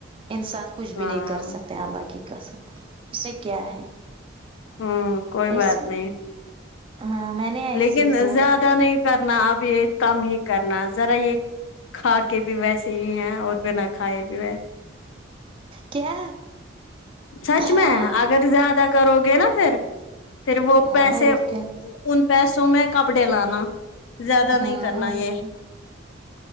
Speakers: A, on the right; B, on the left.
A: انسان کچھ بھی
B: ہاں
A: نہیں کر سکتے ہیں اللہ کی قسم اس سے کیا ہے
B: ہوں کوئی
A: اس
B: بات
A: میں
B: نہیں
A: ہاں میں نے ایسے
B: لیکن
A: ہی بولا
B: زیادہ
A: تھا
B: نہیں کرنا اب یہ کم ہی کرنا ذرا یہ کھا کے بھی ویسے ہی ہیں اور بنا کھائے بھی ویسے
A: کیا
B: سچ
A: ہاں
B: میں اگر زیادہ کرو گے نا پھر پھر وہ
A: ہاں
B: پیسے
A: اور کیا
B: ان پیسوں میں کپڑے لانا زیادہ
A: ہاں
B: نہیں کرنا
A: اور
B: یہ
A: کیا